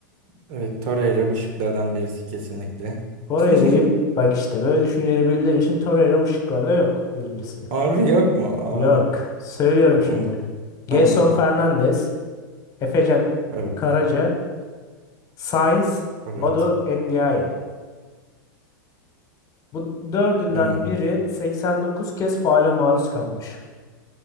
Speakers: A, on the right; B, on the left.
A: Evet Torreira bu şıklardan birisi kesinlikle.
B: Torreira'yı
A: <laughs>
B: bak işte böyle düşüneceğini bildiğim için Torreira bu şıklarda yok birincisi.
A: Harbi yok mu? Aa,
B: Yok. Söylüyorum şimdi.
A: tamam.
B: Gelson
A: Tamam.
B: Fernandes, Efecan
A: Evet.
B: Karaca, Sainz,
A: Evet.
B: Badu Endiaye. Bu dördünden
A: Hmm.
B: biri 89 kez faale maruz kalmış.